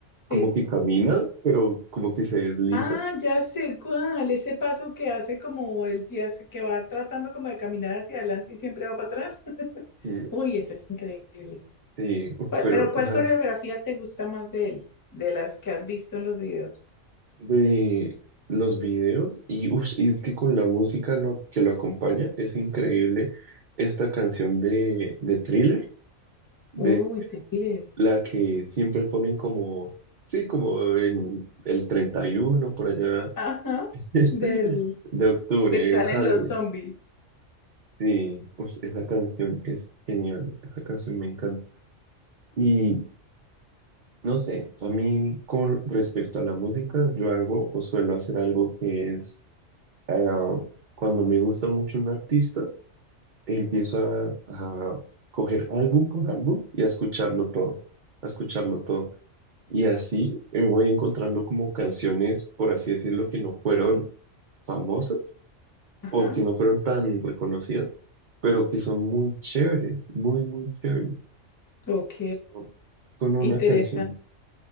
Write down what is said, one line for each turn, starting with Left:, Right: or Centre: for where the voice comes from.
Right: como
Left: sí.
Right: que camina, pero como que se desliza.
Left: Ah, ya sé cuál, ese paso que hace como el pie, hace- que va tratando como de caminar hacia adelante y siempre va para atrás. <laughs>
Right: Sí.
Left: Uy, ese es increíble.
Right: Sí, uf,
Left: Pa-
Right: pero,
Left: Pero ¿cuál
Right: o sea.
Left: coreografía te gusta más de él? De las que has visto en los videos.
Right: de los videos y, ush, y es que con la música lo, que lo acompaña es increíble esta canción de, de Thriller, de
Left: Uy, Thriller.
Right: la que siempre ponen como, sí, como en el 31 por allá
Left: Ajá,
Right: <laughs>
Left: del
Right: de octubre,
Left: que salen
Right: en Halloween.
Left: los zombies.
Right: Sí, ush, esa canción es genial, esa canción me encanta. Y no sé, a mí con respecto a la música, yo hago o suelo hacer algo que es eh, cuando me gusta mucho un artista, empiezo a, a coger álbum por álbum y a escucharlo todo, a escucharlo todo. Y así eh, voy encontrando como canciones, por así decirlo, que no fueron famosas
Left: Ajá,
Right: o que no fueron tan reconocidas, pero que son muy chéveres, muy, muy chéveres.
Left: ok,
Right: So, Con una
Left: interesante.
Right: canción,